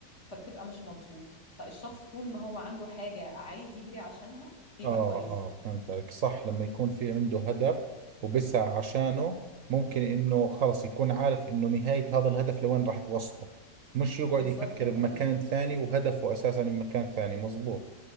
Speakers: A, on the left; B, on the right.
A: فبتبقى مش مبسوط فالشخص طول ما هو عنده حاجه عايز يجري عشانها بيبقى
B: آه
A: كويس
B: آه فهمت عليك صح لما يكون في عنده هدف وبسعى عشانه ممكن إنه خلص يكون عارف إنه نهاية هذا الهدف لوين راح توصله مش يقعد
A: بالظبط
B: يفكر
A: كده
B: بمكان ثاني وهدفه أساسا بمكان ثاني مزبوط